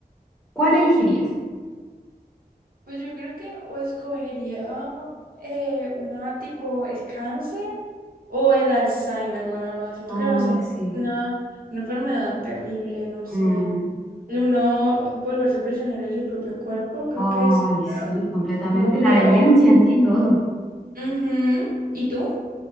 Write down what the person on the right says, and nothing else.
Pues yo creo que o escogería eh, una tipo el cáncer o el Alzheimer, la verdad. Siento
que el Alzheimer
es una, una enfermedad terrible, no sé.
El uno volverse prisionero de su propio cuerpo, creo
que sería
lo
peor.
Ujú. ¿Y tú?